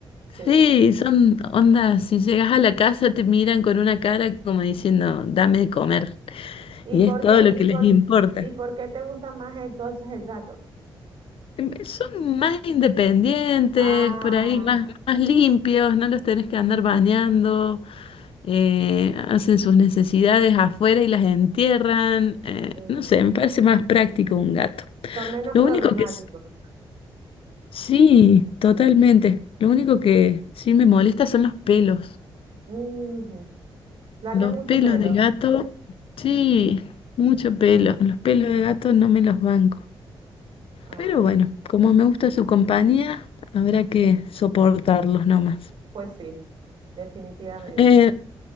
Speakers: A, on the right (about 60°); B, on the left (about 75°).
A: Sí.
B: Sí, son ondas, si llegas a la casa te miran con una cara como diciendo, dame de comer,
A: ¿Y
B: y
A: por
B: es todo
A: qué,
B: lo
A: y
B: que
A: por,
B: les importa.
A: y por qué te gusta más entonces el gato?
B: Em, Son más independientes,
A: Ah,
B: por ahí más, más limpios, no los tenés que andar bañando, eh, hacen sus necesidades afuera y las entierran. eh,
A: mm,
B: no sé, me parece más práctico un gato.
A: Son menos
B: Lo
A: problemáticos.
B: único que s- sí, totalmente. Lo único que sí me molesta son los pelos.
A: Ujú. Largan
B: Los
A: mucho
B: pelos
A: pelo.
B: de gato, sí, mucho pelo. Los pelos de gato no me los banco.
A: Ah,
B: Pero bueno, como me gusta su compañía, habrá que soportarlos nomás.
A: pues sí, definitivamente.
B: Eh,